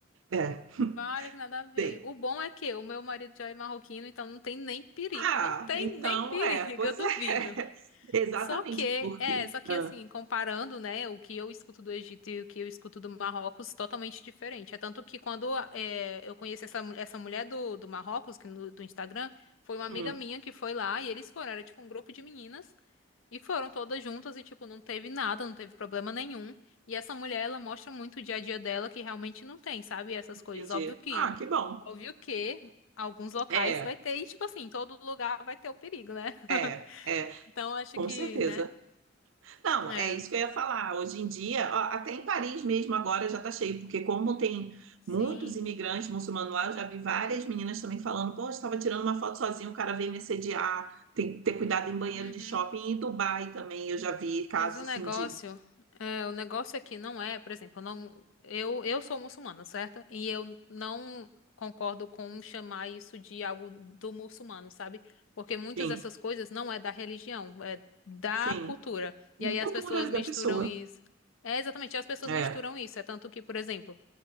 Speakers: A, on the right (about 80°); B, on the left (about 85°).
A: é,
B: Vale que nada a ver.
A: tem.
B: O bom é que o meu marido já é marroquino, então não tem nem perigo.
A: Ah,
B: Não tem
A: então
B: nem perigo,
A: é, pois
B: <laughs> eu duvido.
A: é, <laughs> exatamente,
B: Só que,
A: porque.
B: é, só que
A: Ah,
B: assim, comparando, né, o que eu escuto do Egito e o que eu escuto do Marrocos, totalmente diferente. É tanto que quando é, eu conheci essa, mu- essa mulher do, do Marrocos, que no- do Instagram, foi uma amiga
A: hum,
B: minha que foi lá e eles foram, era tipo um grupo de meninas, e foram todas juntas e, tipo, não teve nada, não teve problema nenhum. E essa mulher, ela mostra muito o dia a dia dela que realmente não tem, sabe, essas
A: entendi.
B: coisas. Óbvio que,
A: Ah, que bom.
B: óbvio que alguns locais
A: É,
B: vai ter, e tipo assim, todo lugar vai ter o perigo, né? <laughs>
A: é. é.
B: Então, acho
A: Com
B: que,
A: certeza.
B: né?
A: Não,
B: É,
A: é isso que eu ia falar. Hoje em dia, ó, até em Paris mesmo agora já está cheio, porque como tem
B: sim.
A: muitos imigrantes muçulmanos lá, eu já vi várias meninas também falando, pô, eu estava tirando uma foto sozinha, o cara veio me assediar, tem que ter cuidado em banheiro
B: Uhum.
A: de shopping. E em Dubai também eu já vi casos
B: Mas o negócio,
A: assim de...
B: é, o negócio aqui não é, por exemplo, eu não, eu, eu sou muçulmana, certo? E eu não concordo com chamar isso de algo do muçulmano, sabe? Porque muitas
A: Sim,
B: dessas coisas não é da religião, é da
A: sim.
B: cultura. E aí
A: Cultura
B: as pessoas
A: da
B: misturam
A: pessoa.
B: isso. É exatamente, as pessoas
A: É,
B: misturam isso. É tanto que, por exemplo,